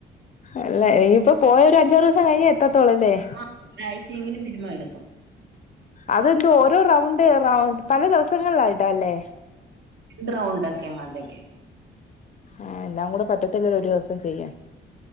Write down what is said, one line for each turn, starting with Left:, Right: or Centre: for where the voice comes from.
Left: അല്ല ഇനിയിപ്പോ പോയ ഒരു അഞ്ചാറ് ദിവസം കഴിഞ്ഞെ എത്തത്തോളൂ അല്ലേ
Right: ആഹ് ഒരാഴ്ചെങ്കിലും മിനിമം എടുക്കും
Left: അതെന്ത് ഓരോ റൗണ്ട് റൗ പല ദിവസങ്ങളിലായിട്ടാല്ലേ
Right: ഡ്രൗണ്ടോക്കെ എങ്ങാണ്ടൊക്കെ
Left: ആഹ് എല്ലാം കൂടെ പറ്റത്തില്ലല്ലോ ഒരു ദിവസം ചെയ്യാൻ